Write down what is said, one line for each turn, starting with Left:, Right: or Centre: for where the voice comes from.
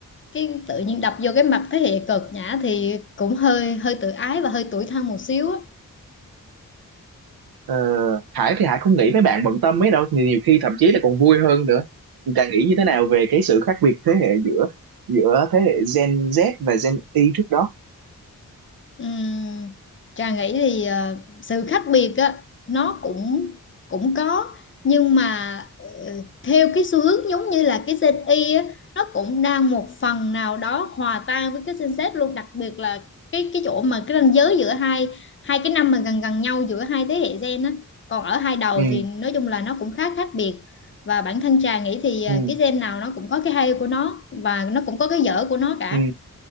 Left: cái tự nhiên đập vô cái mặt thế hệ cực nhã thì cũng hơi hơi tự ái và hơi tủi thân một xíu á
Right: Ờ, Hải thì Hải không nghĩ mấy bạn bận tâm mấy đâu, nhiều, nhiều khi thậm chí là còn vui hơn nữa. Càng nghĩ như thế nào về cái sự khác biệt thế hệ giữa giữa thế hệ Gen Z và Gen Y trước đó.
Left: Ừm, Trà nghĩ thì ờ, sự khác biệt á nó cũng cũng có nhưng mà ờ, theo cái xu hướng giống như là cái Gen Y á nó cũng đang một phần nào đó hòa tan với cái Gen Z luôn đặc biệt là cái cái chỗ mà cái ranh giới giữa hai hai cái năm mà gần gần nhau giữa hai thế hệ gen á còn ở hai đầu
Right: Ừ.
Left: thì nói chung là nó cũng khá khác biệt và bản thân Trà nghĩ thì ờ,
Right: ừ
Left: cái gen nào nó cũng có cái hay của nó và nó cũng có cái dở của nó cả
Right: ừ